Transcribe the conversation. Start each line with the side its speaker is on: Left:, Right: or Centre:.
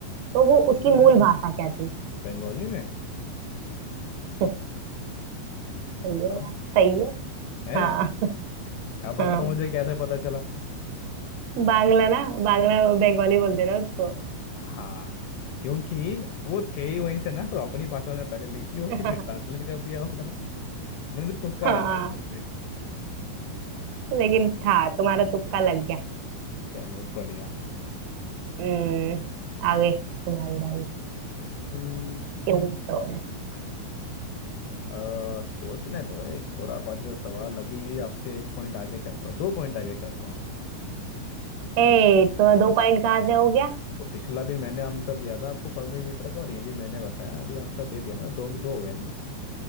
Right: तो वो उसकी
Left: हम्म,
Right: मूल भाषा क्या थी
Left: बंगाली में
Right: <laughs> सही
Left: बताओ
Right: है यार सही है
Left: है
Right: हाँ
Left: क्या बताओ
Right: हाँ
Left: मुझे कैसे पता चला
Right: बांग्ला ना बांग्ला बंगाली बोलते हैं ना उसको
Left: हाँ क्योंकि वो थे ही वहीं से ना तो अपनी भाषा में पहले लिखी होगी
Right: <laughs>
Left: फिर ट्रांसलेट कर दिया होगा मैंने तो तुक्का
Right: हाँ
Left: लगा लिया
Right: लेकिन था तुम्हारा तुक्का लग गया
Left: चलो बढ़िया
Right: हम्म आगे तुम्हारी बारी
Left: हम्म
Right: क्यों तो
Left: आ, सोचने तो एक खुराफाती सा सवाल अभी भी आपसे एक पॉइंट आगे चल रहा हूँ दो पॉइंट आगे चल रहा हूँ मैं
Right: ए
Left: मतलब
Right: तो दो पॉइंट कहाँ से हो गया
Left: तो पिछला भी मैंने आंसर दिया था आपको फर्मी मीटर का और ये भी मैंने बताया अभी आंसर दे दिया ना दो में दो हो गए ना